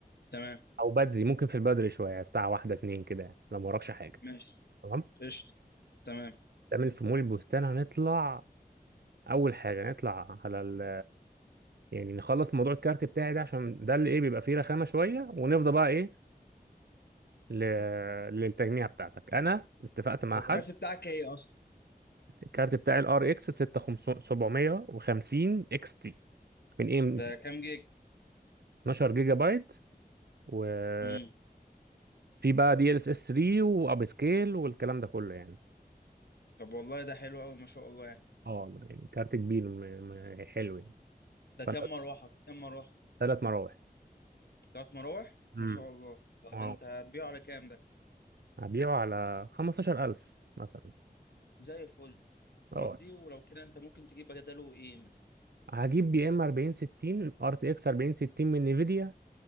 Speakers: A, on the left; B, on the right.
A: تمام
B: او بدري ممكن في البدري شوية الساعة واحدة اتنين كده يعني، لو ما وراكش حاجة
A: ماشي
B: تمام
A: قشطة تمام
B: نعمل في مول البستان هنطلع اول حاجه نطلع على ال يعني نخلص موضوع الكارت بتاعي ده عشان ده اللي ايه بيبقى فيه رخامه شويه ونفضى بقى ايه ل... للتجميع بتاعتك انا اتفقت مع
A: هو
B: مم.
A: الكارت
B: حد
A: بتاعك ايه اصلا
B: الكارت بتاعي الار اكس 6750 اكس تي من اي ام
A: ده
B: دي
A: كام جيج
B: 12 جيجا بايت وفي
A: امم
B: بقى دي ال اس اس 3 واب سكيل والكلام ده كله يعني
A: طب والله ده حلو قوي ما شاء الله يعني
B: اه يعني كارت كبير م... م... حلو يعني
A: ده كام
B: فانت
A: مروحة كام مروحة
B: ثلاث مراوح
A: تلات مراوح
B: امم
A: ما شاء الله طب
B: اه
A: انت هتبيعه على كام ده
B: هبيعه على 15000 مثلا
A: زي الفل
B: اه
A: ودي ولو كده انت ممكن تجيب بداله ايه مثلا
B: هجيب يا اما 40 60 ار تي اكس 40 60 من نيفيديا